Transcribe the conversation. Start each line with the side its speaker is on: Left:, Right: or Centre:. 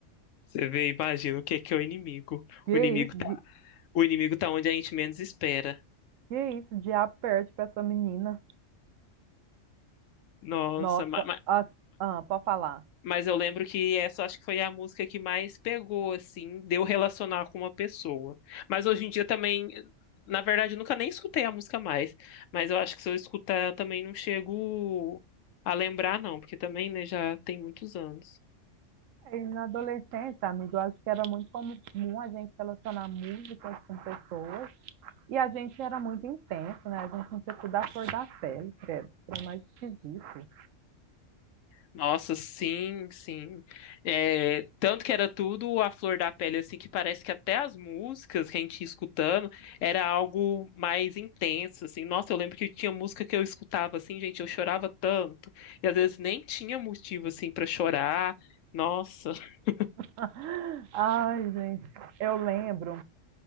Left: Você vê, e imagina o que é que é o inimigo.
Right: Que
Left: O inimigo
Right: isso?
Left: tá, o inimigo tá onde a gente menos espera.
Right: Que isso, o diabo perde pra essa menina.
Left: Nossa,
Right: Nossa,
Left: mas,
Right: as... ah, pode falar.
Left: mas eu lembro que essa acho que foi a música que mais pegou, assim, deu relacionar com uma pessoa. Mas hoje em dia também, na verdade, eu nunca nem escutei a música mais. Mas eu acho que se eu escutar, eu também não chego a lembrar, não, porque também, né, já tem muitos anos.
Right: Aí, na adolescência, amigo, eu acho que era muito comum a gente relacionar músicas com pessoas e a gente era muito intenso, né? A gente não tinha da cor da pele, credo. Foi mais esquisito.
Left: Nossa, sim, sim. É, tanto que era tudo a flor da pele, assim, que parece que até as músicas que a gente ia escutando era algo mais intenso, assim. Nossa, eu lembro que tinha música que eu escutava, assim, gente, eu chorava tanto. E às vezes nem tinha motivo, assim, para chorar. Nossa, <laughs>
Right: <laughs> Ai, gente, eu lembro